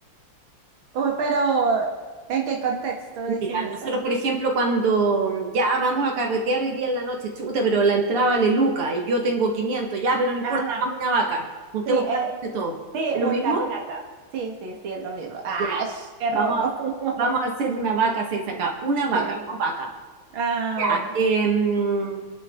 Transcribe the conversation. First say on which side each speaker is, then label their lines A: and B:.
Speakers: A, on the right (about 70°); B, on the right (about 85°).
A: Oh, pero, ¿en qué contexto dicen
B: Mira,
A: eso?
B: nosotros, por ejemplo, cuando ya vamos a carretear hoy día en la noche, chuta, pero la entrada vale Luca y yo tengo 500, ya, pero no importa,
A: Ajá.
B: hagamos una vaca, juntemos
A: Sí,
B: plata
A: eh,
B: de todo.
A: sí,
B: ¿Es
A: juntar
B: lo mismo?
A: plata. Sí, sí, sí, es lo mismo. ¡Ah,
B: Ya.
A: qué
B: Vamos
A: robo! <laughs>
B: a, vamos a hacer una vaca, seis acá, una vaca,
A: Sí.
B: no vaca.
A: Ah,
B: Ya,
A: bueno.
B: em,